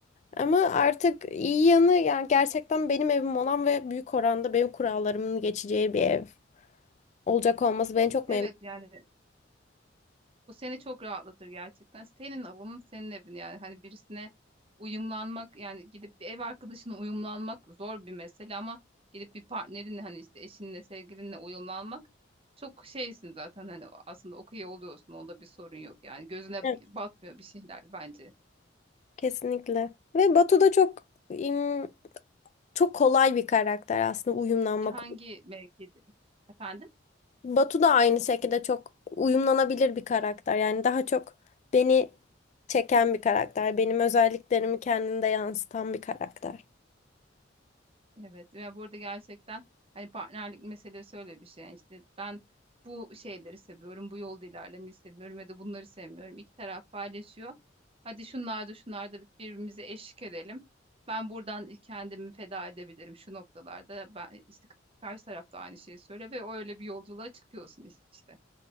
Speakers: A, on the left; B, on the right.
A: Ama artık iyi yanı yani gerçekten benim evim olan ve büyük oranda benim kurallarımın geçeceği bir ev olacak olması beni çok
B: Evet
A: memnun.
B: yani Bu seni çok rahatlatır gerçekten. Senin alanın, senin evin yani. Hani birisine uyumlanmak yani gidip bir ev arkadaşına uyumlanmak zor bir mesele ama gidip bir partnerinle hani işte eşinle, sevgilinle uyumlanmak çok şeysin zaten hani aslında okey oluyorsun. Onda bir sorun yok yani. Gözüne
A: Evet,
B: batmıyor bir şeyler bence.
A: kesinlikle. Ve Batu da çok im, çok kolay bir karakter aslında uyumlanmak.
B: E, Hangi mevkide? Efendim?
A: Batu da aynı şekilde çok uyumlanabilir bir karakter. Yani daha çok beni çeken bir karakter. Benim özelliklerimi kendinde yansıtan bir karakter.
B: Evet ve burada gerçekten hani partnerlik meselesi öyle bir şey. Yani işte ben bu şeyleri seviyorum, bu yolda ilerlemeyi seviyorum ya da bunları sevmiyorum. İki taraf paylaşıyor. Hadi şunlarda şunlarda şunlar da birbirimize eşlik edelim. Ben buradan kendimi feda edebilirim şu noktalarda. Ben işte karşı taraf da aynı şeyi söyle ve öyle bir yolculuğa çıkıyorsun işte.